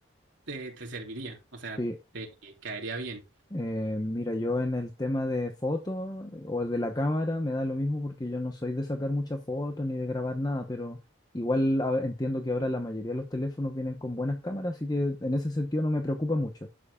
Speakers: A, on the right (about 70°); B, on the left (about 20°).
A: te, te serviría. O sea,
B: sí.
A: te caería bien.
B: Eh, mira, yo en el tema de fotos o de la cámara me da lo mismo porque yo no soy de sacar muchas fotos ni de grabar nada, pero igual a- entiendo que ahora la mayoría de los teléfonos vienen con buenas cámaras, así que en ese sentido no me preocupa mucho.